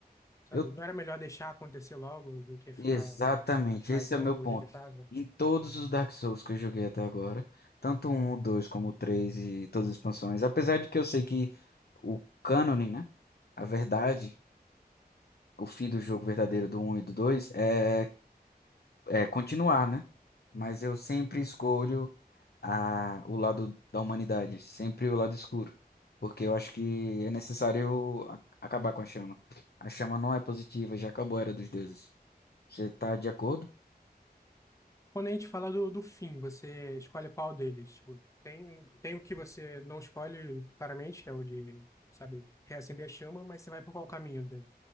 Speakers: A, on the left (about 20°); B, on the left (about 70°).
A: sabe,
B: Eu,
A: não era melhor deixar acontecer logo do que ficar
B: exatamente,
A: atrasando
B: esse é o meu ponto.
A: o inevitável?
B: Em todos os Dark Souls que eu joguei até agora, tanto o 1, o 2 como o 3 e todas as expansões, apesar de que eu sei que o cânone, né? A verdade, o fim do jogo verdadeiro do um e do dois é é, continuar, né? Mas eu sempre escolho a, o lado da humanidade, sempre o lado escuro, porque eu acho que é necessário eu a- acabar com a chama. A chama não é positiva, já acabou a Era dos Deuses. Você tá de acordo?
A: Quando a gente fala do, do fim, você escolhe qual deles? Tipo, tem, tem o que você não escolhe claramente, que é o de, sabe, reacender a chama, mas você vai por qual caminho dele?